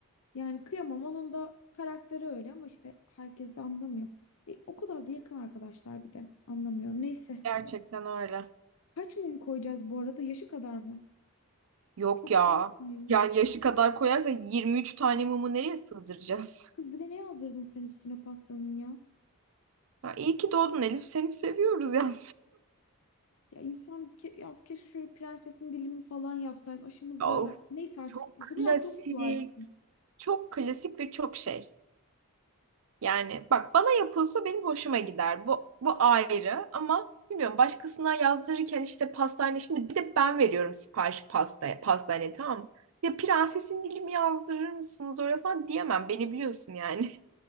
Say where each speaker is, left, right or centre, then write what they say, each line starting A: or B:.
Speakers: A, on the left; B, on the right.
A: yani kıyamam onun da karakteri öyle ama işte herkes de anlamıyor. E, o kadar da yakın arkadaşlar bir de anlamıyorum. Neyse
B: Gerçekten öyle.
A: kaç mum koyacağız bu arada yaşı kadar mı?
B: Yok
A: Çok
B: ya.
A: olmaz mı ya?
B: Yani yaşı kadar koyarsa 23 tane mumu nereye sığdıracağız?
A: Kız bir de ne yazdırdın sen üstüne pastanın ya?
B: Ya iyi ki doğdun Elif. Seni seviyoruz ya.
A: Ya insan ke ya keşke şöyle prensesin dilimi falan yapsaydın. O şimdi
B: <laughs>
A: zırla.
B: Of.
A: Neyse artık
B: Çok
A: bunu
B: klasik,
A: yaptığımıza dua etsin.
B: çok klasik ve çok şey. Yani bak bana yapılsa benim hoşuma gider. Bu bu ayrı ama bilmiyorum başkasına yazdırırken işte pastane şimdi bir de ben veriyorum sipariş pasta pastaneye tamam mı? Ya prensesin dilimi yazdırır mısınız oraya falan diyemem. Beni biliyorsun yani.